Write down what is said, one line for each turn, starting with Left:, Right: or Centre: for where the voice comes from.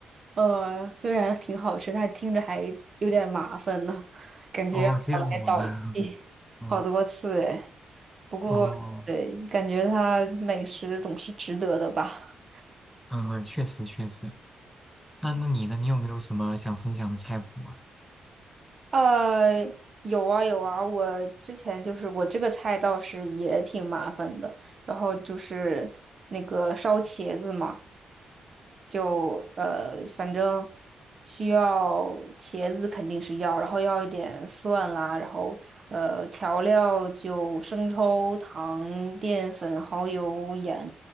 Right: 呃，虽然挺好吃，但是听着还有点麻烦呢，感觉要倒来倒去好多次哎。
Centre: 哦，这样吗？<laughs> 嗯，
Right: 不过，
Centre: 哦，
Right: 对，感觉它美食总是值得的吧？
Centre: 嗯，嗯确实确实。那那你呢？你有没有什么想分享的菜谱啊？
Right: 呃，有啊有啊，我之前就是我这个菜倒是也挺麻烦的，然后就是那个烧茄子嘛。就呃，反正需要茄子肯定是要，然后要一点蒜啦，然后呃，调料就生抽、糖、淀粉、蚝油、盐，